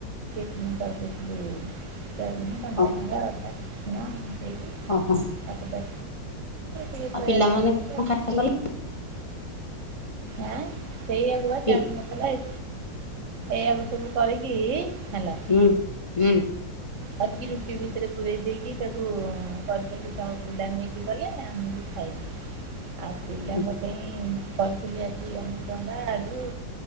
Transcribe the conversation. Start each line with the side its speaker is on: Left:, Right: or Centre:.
Right: ଗ୍ରାଇଣ୍ଡିଂ କରିଦେଇଥିଲି ଶୋଇୟାବିନୀ କଞ୍ଚା
Left: ହଁ
Right: ଲଙ୍କା ଅଦା ରସୁଣ ଦେଇକି
Left: ହଁ ହଁ
Right: ତାକୁ ତା ଟିକେ
Left: ଆଉ ପିଲାମାନେ
Right: ଶୋଇୟା
Left: କଣ
Right: ସଶ
Left: ଖାଇ ଗଲେ
Right: ଆଁ ସେଇଆଗୁ ବା
Left: ପି-
Right: ଚାଟ ମସଲା ଏଇ ଏଇଆକୁ ସବୁ କରିକି ହେଲା
Left: ହୁଁ ହୁଁ
Right: କରିକି ରୁଟି ଭିତରେ ପୂରେଇ ଦେଇକି ତାକୁ କରିଦେଲି ତାଙ୍କ ପୁଲା ନେଇକି ଗଲେ ଆମେ ବି ଖାଇଲୁ
Left: <inaudible>
Right: ଆଉ ପିଲାଙ୍କ
Left: ହୁଁ
Right: ପାଇଁ କରିଥିଲି ଆଜି ଅମୃତଭଣ୍ଡା ଆଳୁ